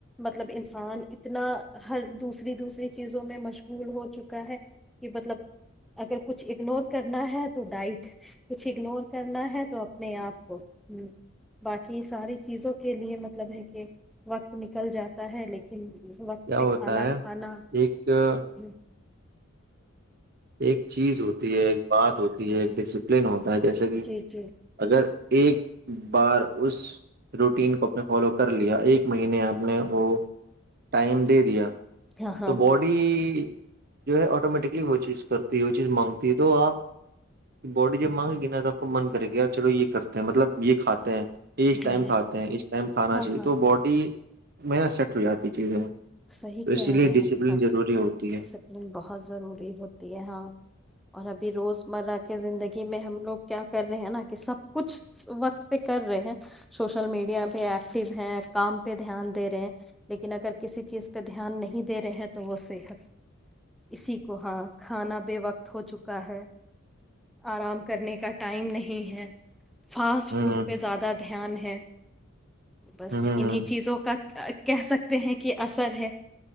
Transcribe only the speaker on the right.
کیا
ہوتا
ہے
ایک ایک
ایک چیز ہوتی ہے ایک بات ہوتی یہ ایک ڈسپلن ہو ت جسکے
اگر <unintelligible> ایک بار اس روٹین کو اپنے فالو کر لیا ایک مہینے آپ <unintelligible> ج نے وہ <unintelligible> ٹائم دے دیا <unintelligible>
تو باڈی <unintelligible> جو ہے آٹومیٹکلی وہ چیز <unintelligible> کرتی ہے وہ چیز مانگتی ہے تو آپ باڈی جب مانگے گی نا تو آپ کو من کرے گی یار چلو یہ کرتے ہیں مطلب یہ کھاتے ہیں اس
ٹائم
کھاتے ہیں اس ٹائم کھانا
چاہیے
تو باڈی <unintelligible> محنت سیٹ ہو جاتی چیزیں <unintelligible>
اسی
لیے
ڈسپلن
ضروری ہوتی ہے
ہ ہ
ہ
ہ